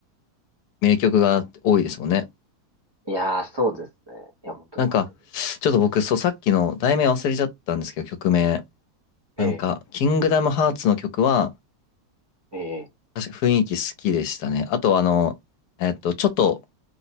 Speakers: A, on the left; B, on the right.
A: 名曲が多いですもんね。
B: いやー、そうですね。いや、本当に本当に。
A: なんか、ちょっと僕、そう、さっきの題名忘れちゃったんですけど、曲名。なんか、
B: え
A: キングダムハーツの曲は、
B: え、ええ、
A: 確か雰囲気好きでしたね。あとあの、えっと、ちょっと